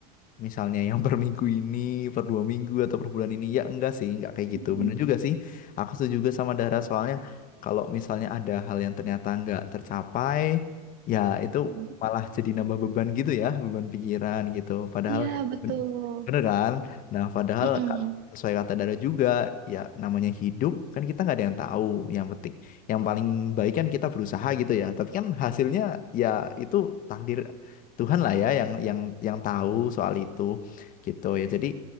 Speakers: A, on the left; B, on the right.
A: Misalnya yang <laughs> per minggu ini, per dua minggu atau per bulan ini ya enggak sih, enggak kayak gitu.
B: Mm-mm,
A: Bener juga sih. Aku setuju juga sama Dara soalnya kalau misalnya ada hal yang ternyata nggak tercapai, ya itu
B: mm-mm.
A: malah jadi nambah beban gitu ya, beban pikiran gitu. Padahal
B: Iya,
A: ya
B: betul.
A: bener, bener kan? Nah, padahal
B: Mm-mm,
A: ka- sesuai kata Dara juga, ya namanya hidup kan kita nggak ada yang tahu. Yang penting, yang paling baik kan kita berusaha gitu ya. Tapi kan hasilnya ya itu takdir Tuhan lah ya yang yang yang tahu soal itu gitu ya. Jadi